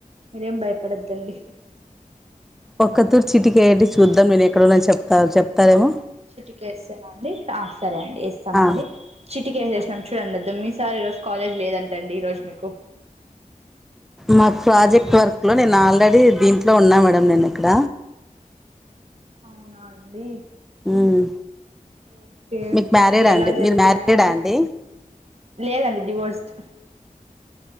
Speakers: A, on the right; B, in the centre.
A: మీరేం భయపడద్దండి
B: ఒక్క తూరి చిటికేండి చూద్దాం నేను ఎక్కడన్నా చెప్తా చెప్తారేమో
A: చిటికేస్తేన అండి ఆ సరే అండి ఇస్తామండి
B: ఆ
A: చిటిక వేసేసం చూడండి అద్ద మీ సార్ ఈరోజు కాలేజ్ లేదంటండి ఈరోజు మీకు
B: మాక్ ప్రాజెక్ట్ వర్క్ లో నేను ఆల్రెడీ దీంట్ ట్లో ఉన్నా మేడమ్ నేను ఇక్కడ
A: అవునా అండి
B: ఉమ్
A: ఓకే
B: మీకు మ్యారీడా
A: ఇప్పుడ ఎలా
B: అండి
A: జరుతున్నాయంగడి
B: మీరు మ్యారీడా అండి
A: లేదండి డివోర్స్డ్